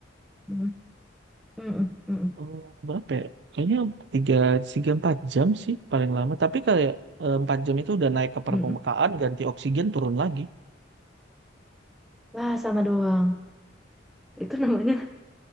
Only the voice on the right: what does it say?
Oh, berapa ya? Kayaknya tiga, tiga empat jam sih paling lama. Tapi kayak eh, empat jam itu udah naik ke permukaan,
ganti oksigen, turun lagi.